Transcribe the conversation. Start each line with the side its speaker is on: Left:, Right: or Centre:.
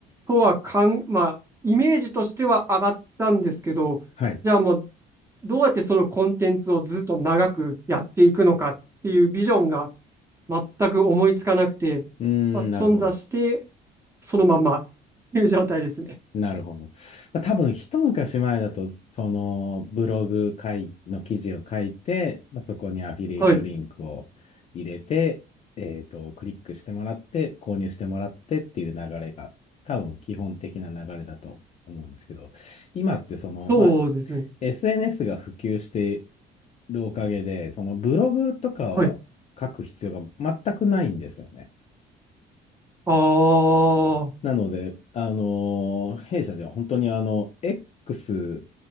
Right: とはかん、まあ、イメージとしては上がったんですけど、
Left: はい。
Right: じゃあもう、どうやってそのコンテンツをずっと長くやっていくのかっていうビジョンが全く思いつかなくて、
Left: うーん、
Right: まあ、頓挫して、
Left: なるほど。
Right: そのままっていう状態ですね。
Left: なるほど。まあ多分一昔前だと、そのブログ書いの記事を書いて、まあそこにアフィリエイトリンクを入れて、
Right: はい。
Left: えっと、クリックしてもらって、購入してもらってっていう流れが、多分基本的な流れだと思うんですけど、今ってその、
Right: そうですね。
Left: まあ、SNS が普及してるおかげで、そのブログとかは書く必要が全くないんですよね。
Right: はい。ああ、
Left: なので、あの弊社では本当にあの、X